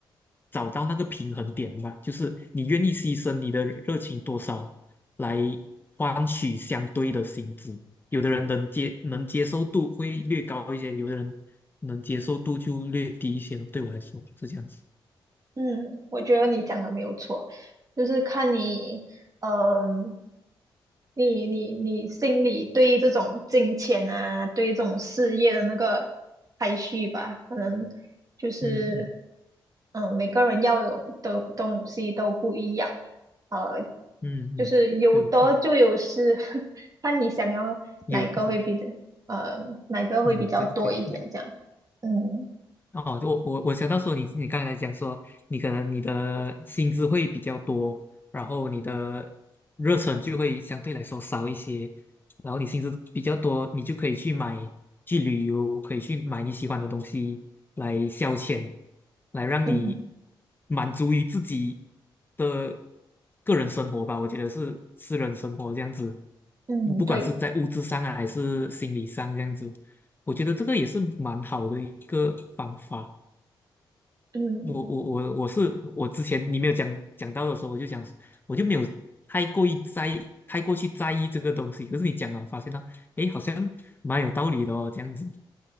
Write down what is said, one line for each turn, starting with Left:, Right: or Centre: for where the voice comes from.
Left: 找到那个平衡点吧，就是你愿意牺牲你的热情多少来换取相对的薪资。有的人能接能接受度会略高一些，有的人能接受度就略低一些。对我来说是这样子。
Right: 嗯，我觉得你讲的没有错，就是看你，嗯、你你你心里对于这种金钱啊，对于这种事业的那个排序吧，可能就是，
Left: 嗯嗯
Right: 嗯、每个人要的的东西都不一样，呃，
Left: 嗯嗯，
Right: 就是有得就有失，
Left: 对对，
Right: <laughs> 看你想要哪个会比的，
Left: 有对
Right: 呃，哪个会比较多一点这样，
Left: 嗯对对对。
Right: 嗯
Left: 哦，我我我想到说你你刚才讲说你可能你的薪资会比较多，然后你的热忱就会相对来说少一些，然后你薪资比较多，你就可以去买去旅游，可以去买你喜欢的东西来消遣，来让你
Right: 嗯
Left: 满足于自己的个人生活吧。我觉得是私人生活这样子，
Right: 嗯，
Left: 不管是在物质上啊还是心理上这样子。
Right: 对。
Left: 我觉得这个也是蛮好的一个方法。
Right: 嗯，
Left: 我我我我是我之前你没有讲讲到的时候，我就讲我就没有太过于在意太过去在意这个东西。可是你讲了，发现到诶，好像蛮有道理的哦，这样子。